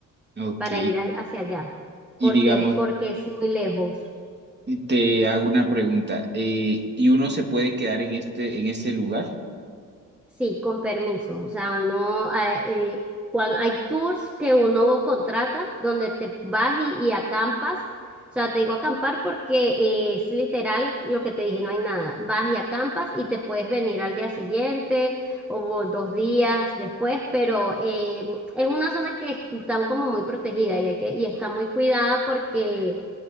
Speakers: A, on the right (about 30°); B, in the centre.
A: ok.
B: para ir a- hacia allá,
A: Y
B: porque,
A: digamos,
B: porque es muy lejos.
A: te hago una pregunta. eh, ¿y uno se puede quedar en este, en este lugar?
B: Sí, con permiso. O sea, uno, ah, eh, cuan- hay tours que uno contrata donde te vas y, y acampas. O sea, te digo acampar porque eh, es literal lo que te dije, no hay nada. Vas y acampas y te puedes venir al día siguiente o dos días después, pero eh, es una zona que está como muy protegida y, hay que, y está muy cuidada porque...